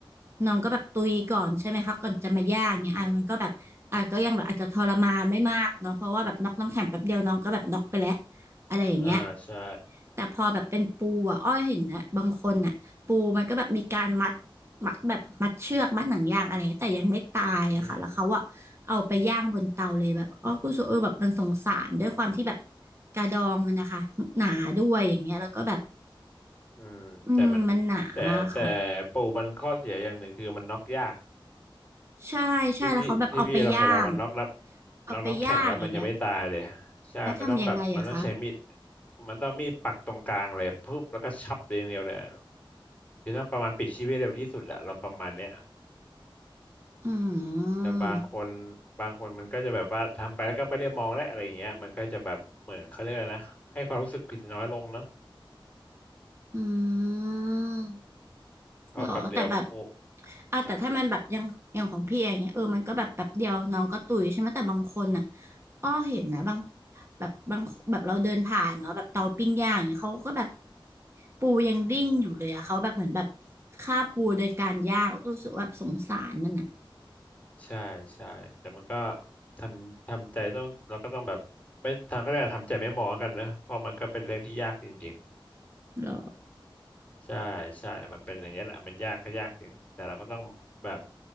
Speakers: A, on the right; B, on the left.
A: น้องก็แบบตุยก่อนใช่ไหมคะก่อนจะมาย่างเนี่ยอ่ะมันก็แบบอ่ะก็ยังแบบอาจจะทรมานไม่มากเนาะเพราะว่าแบบน็อกน้ำแข็งแป๊บเดียวน้องก็แบบน็อกไปแล้ว
B: อืม
A: อะไรอย่างเงี้ย
B: อ่าใช่
A: แต่พอแบบเป็นปูอ่ะอ้อยเห็นนะบางคนอ่ะปูมันก็แบบมีการมัดมัดแบบมัดเชือกมัดหนังยางอะไรเงี้ยแต่ยังไม่ตายอะค่ะแล้วเขาอ่ะเอาไปย่างบนเตาเลยแบบอ้อกูรู้สึกเออแบบมันสงสารด้วยความที่แบบ
B: อืม
A: กระดองมันนะคะหนาด้วยอย่างเงี้ยแล้วก็แบบ
B: อืมแต่มันแต่แต่
A: อืมมันหนาอะค่ะ
B: ปูมันข้อเสียอย่างหนึ่งคือมันน็อกยาก
A: ใช่ใช่แล้วเขาแบบเอาไปย่าง
B: ที่พี่ที่พี่เราเคยเรามันน็อกน้ำน็อกน้ำแข็งแล้วมันยังไม่ตายเลย
A: เอาไปย่างอย่างเงี้ย
B: ใช่มันต้องแบบมันต้องใช้มีด
A: แล้วทำยังไงอะคะ
B: มันต้องมีดปักตรงกลางเลยปุ๊บแล้วก็ชับเรียางเดียวเลย คือต้องประมาณปิดชีพให้เร็วที่สุดแหละเราประมาณเนี้ย
A: อื
B: แต่บางคน
A: ม
B: บางคนมันก็จะแบบว่าทำไปแล้วก็ไม่ได้มองและอะไรอย่างเงี้ยมันก็จะแบบเหมือนเขาเรียกอะไรนะให้ความรู้สึกผิดน้อยลงเนาะ
A: อืม
B: เพราะแป๊บเดียวโอ้
A: หรอแต่แบบอ่ะแต่ถ้ามันแบบอย่างอย่างของพี่อย่างเงี้ยเออมันก็แบบแป๊บเดียวน้องก็ตุยใช่ไหมแต่บางคนน่ะ
B: จ้า
A: อ้อเห็นนะบางแบบบางแบบเราเดินผ่านเนาะแบบเตาปิ้งย่างอย่างเงี้ยเขาก็แบบปูยังดิ้นอยู่เลยอะเขาแบบเหมือนแบบฆ่าปูโดยการย่างก็รู้สึกว่าแบบสงสารมันอะ
B: ใช่ใช่แต่มันก็ทำทำใจต้องเราก็ต้องแบบไม่ทางเขาเรียกอะไรทำใจไม่มองแล้วกันนะเพราะมันก็เป็นเรื่องที่ยากจริงๆ
A: หรอ
B: ใช่ใช่มันเป็นอย่างเี้ยแหละมันยากก็ยากจริงแต่เราก็ต้องแบบ